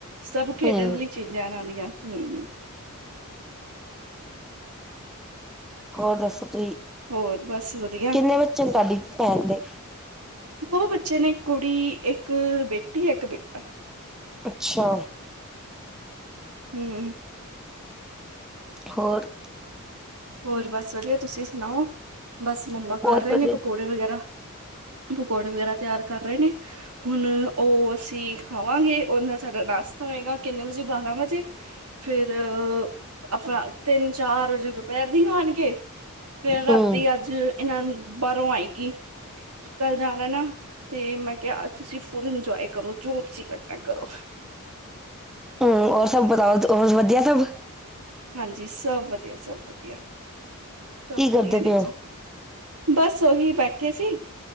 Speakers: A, on the right; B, in the centre.
A: ਸਭ ਖੇਡਣ
B: ਹਮ
A: ਵਾਲੀ ਚੀਜ਼ਾਂ ਏਨਾਂ ਦੀਆਂ ਹੰ
B: ਹੋਰ ਦੱਸੋ, ਤੁਹੀ
A: ਹੋਰ ਬਸ ਵਧੀਆ
B: ਕਿੰਨੇ ਬੱਚੇ ਨੇ ਤੁਵਾਡੀ ਪੈਣ ਦੇ
A: ਦੋ ਬੱਚੇ ਨੇ, ਇੱਕ ਕੁੜੀ, ਇੱਕ ਬੇਟੀ, ਇੱਕ ਬੇਟਾ
B: ਅੱਛਾ।
A: ਹੂੰ।
B: ਹੋਰ
A: ਹੋਰ ਬਸ ਵਦੀਆ, ਤੁਸੀਂ ਸੁਣਾਓ ਬਸ ਮੰਮਾ
B: ਬਹੁਤ
A: ਕਰ ਰਹੇ
B: ਵਧੀਆ
A: ਨੇ ਪਕੌੜੇ ਪਕੌੜੇ ਵਗੈਰਾ ਪਕੌੜੇ ਵਗੈਰਾ ਤਿਆਰ ਕਰ ਰਹੇ ਨੇ ਹੁਨ ਓਹ ਅਸੀਂ ਖਾਵਾਂਗੇ, ਓਹਦੇ ਨਾਲ ਸਾਡਾ ਨਾਸਤਾ ਹੋਏਗਾ, ਕਿੰਨੇ ਵਜੇ? ਬਾਰਾਂ ਵਜੇ ਫਿਰ ਆਪਣਾ, ਤਿੰਨ ਚਾਰ ਵਜੇ ਦੁਪਹਿਰ ਦੀ ਖਾਣਗੇ। ਫੇਰ
B: ਹਮ
A: ਰਾਤੀ ਅੱਜ ਇਹਨਾਂ ਨ ਬਾਹਰੋਂ ਆਏਗੀ। ਕੱਲ ਜਾਣੈ ਨਾ ਤੇ ਮੈਂ ਕਿਹਾ ਅੱਜ ਤੁਸੀਂ ਫੁੱਲ ਇੰਜੋਏ ਕਰੋ, ਜੋ ਤੁਸੀ ਕਰਨੈ, ਕਰੋ।।
B: ਹੂੰ, ਹੋਰ ਸਬ ਬਤਾਓ, ਹੋਰ ਵਦੀਆ ਸਬ?
A: ਹਾਂਜੀ, ਸਬ ਵਦੀਆ, ਸਬ ਵਦੀਆ ਸਬ
B: ਕੀ ਕਰਦੇ
A: ਵਦੀਆ ਨੇ
B: ਪਏ
A: ਜੀ।
B: ਹੋ
A: ਬਸ ਓਹੀ ਬੈਠੇ ਸੀ